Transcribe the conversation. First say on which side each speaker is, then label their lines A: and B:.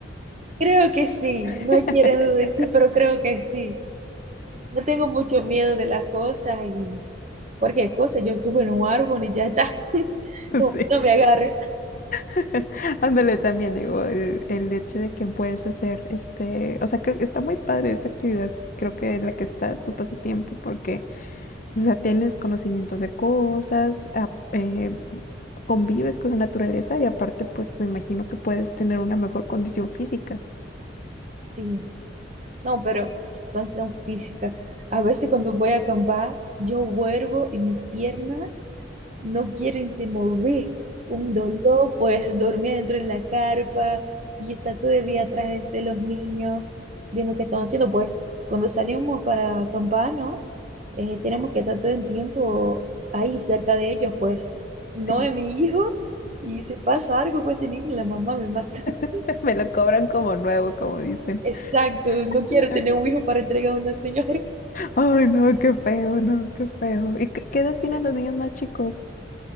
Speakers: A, on the right; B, on the left.
A: Creo que sí,
B: <laughs>
A: no quiero decir, pero creo que sí. No tengo mucho miedo de las cosas y cualquier cosa, yo subo en un árbol y ya está, <laughs> no,
B: Sí.
A: no me agarre.
B: <laughs> Ándale también, digo, el, el hecho de que puedes hacer este, o sea, que está muy padre esa actividad, creo que en la que está tu pasatiempo, porque, o sea, tienes conocimientos de cosas, a- eh, convives con la naturaleza y aparte, pues me imagino que puedes tener una mejor condición física.
A: Sí, No, pero condición física. A veces cuando voy a acampar, yo vuelvo y mis piernas no quieren se mover. Un dolor, pues dormir dentro de la carpa y estar todo el día atrás de, de los niños, viendo qué están haciendo. Pues cuando salimos para acampar, ¿no? Eh, tenemos que estar todo el tiempo ahí cerca de ellos, pues no
B: Sí.
A: es mi hijo. Y si pasa algo con este niño, la mamá me mata. <laughs>
B: <laughs> Me lo cobran como nuevo, como dicen.
A: Exacto, no
B: <laughs>
A: quiero tener un hijo para entregar a una señora.
B: Ay, no, qué feo, no, qué feo. ¿Y qué, qué edad tienen los niños más chicos?